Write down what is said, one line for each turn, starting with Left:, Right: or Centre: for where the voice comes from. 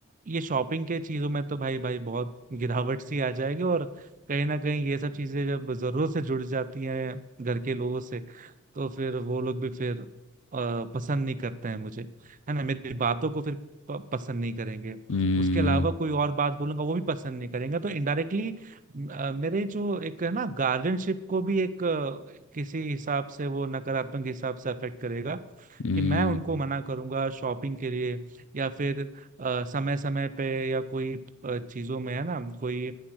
Right: ये शॉपिंग के चीजों में तो भाई भाई बहुत गिरावट सी आ जाएगी और कहीं ना कहीं ये सब चीजें जब जरूरत से जुड़ जाती हैं घर के लोगों से तो फिर वो लोग भी फिर अ, पसंद नहीं करते हैं मुझे है ना मेरी बातों को फिर प- पसंद नहीं करेंगे
Left: हम्म
Right: उसके अलावा कोई और बात बोलूंगा वो भी पसंद नहीं करेंगे तो इनडायरेक्टली मेरे जो एक है ना गार्जियनशिप को भी एक अ, किसी हिसाब से वो नकारात्मक हिसाब से अफेक्ट करेगा
Left: हम्म
Right: कि मैं उनको
Left: हम्म,
Right: मना करूंगा शॉपिंग के लिए या फिर समय समय पे या कोई अ, चीजों में है ना कोई अ,